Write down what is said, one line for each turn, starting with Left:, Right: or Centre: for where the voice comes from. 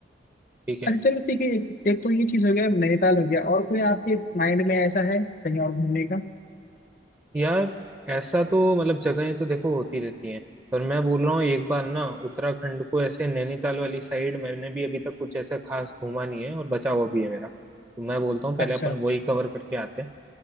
Right: ठीक है
Left: अरे चलो ठीक है एक एक तो ये चीज हो गया नैनीताल हो गया और कोई आपके माइंड में ऐसा है कहीं और घूमने का
Right: यार ऐसा तो मतलब जगहें तो देखो होती रहती हैं पर मैं बोल रहा हूँ एक बार ना उत्तराखंड को ऐसे नैनीताल वाली साइड मैंने भी अभी तक कुछ ऐसा खास घूमा नहीं है और बचा हुआ भी है मेरा तो मैं बोलता हूँ पहले
Left: अच्छा
Right: अपन वही कवर करके आते हैं